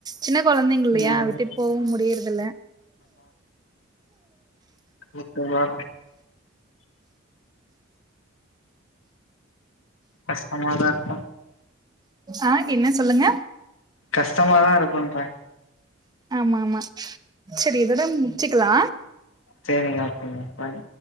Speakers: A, on the right; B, on the left.
A: சின்ன கொழந்தைங்க இல்லையா
B: ம்
A: விட்டுட்டு போவு முடியறதுல்ல
B: ஒர்க்குங்ளா கஷ்டமாதா இருக்கு
A: ஆ என்ன சொல்லுங்க
B: கஷ்டமாதா இருக்குன்ட்றே
A: ஆமா ஆமா சரி இதோட முடிச்சுக்லா
B: சேரிங்க வச்சுருங்க ஃபாய்